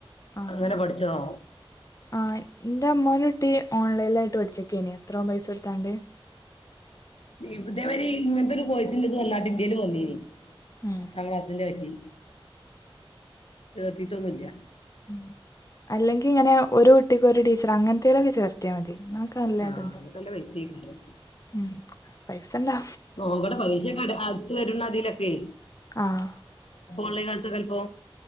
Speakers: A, on the left (about 35°); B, on the left (about 80°).
A: ആ
B: അങ്ങനെ പഠിച്ചതാവും
A: ആ എന്റെ അമ്മോനൊട്ടി ഓൺലൈനിലായിട്ട് പഠിച്ചക്കണിയ എത്രോ പൈസടുതണ്ട്
B: ഇ ഇതേവരി ഇങ്ങനത്തെൊരു കോയിിച്ചണ്ട് ഇത് വന്നട്ട ഇന്ത്യൽ വന്നീന്
A: ഉം
B: തക്ലാസിന്റെ പറ്റി ചേർത്തിട്ടൊന്നുമില്ല
A: ഉ അല്ലെങ്കിൽ ഇങ്ങനെ ഒരു കുട്ടിക്ക് ഒരു ടീച്ചർ അങ്ങനത്തലൊക്കെ ചേർത്തയാൽ മതി എന്നക്കെ നല്ല
B: ആഹ്
A: ഇതുണ്ടോ
B: അയിനൊക്കെ നല്ല പൈസേക്കാരം
A: ഉ പൈസ ഇണ്ടോ
B: ഓ അൂടെ പലീക്ഷക്ക അടുത്ത വരുന്ന അതിലൊക്കെ
A: ആഹ
B: ള്ള കാലത്ത് ചെപ്പോ